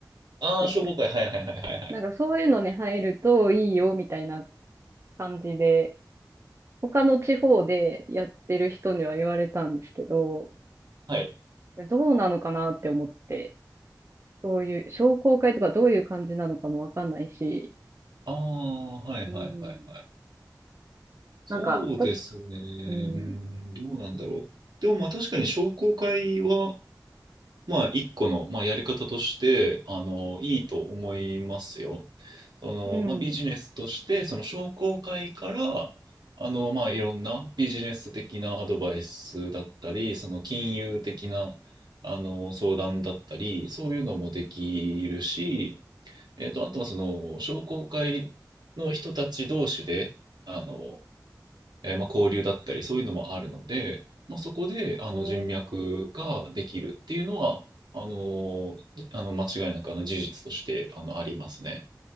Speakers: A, on the right; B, on the right.
A: ああー、
B: でしたっけ。
A: 商工会。はいはいはいはいはい。
B: なんかそういうのに入るといいよ、みたいな感じで、他の地方でやってる人には言われたんですけど、
A: はい。
B: どうなのかなって思って、どういう、商工会とかどういう感じなのかもわかんないし、
A: ああ、はいはいはいはい。
B: うん。
A: そうですね。
B: なんか、私、うん、
A: うん、どうなんだろう。でもまあ確かに商工会は、まあ一個の、まあ、やり方として、あの、いいと思いますよ。その、
B: うん、
A: まあビジネスとして、その商工会から、あの、まあいろんなビジネス的なアドバイスだったり、その金融的な、あの、相談だったり、そういうのもできるし、えっと、あとはその商工会の人たち同士で、あの、えーまあ、交流だったり、そういうのもあるので、まあ、そこであの人脈ができるっていうのは、
B: え
A: あのーあの間違いなくあの事実としてあのありますね。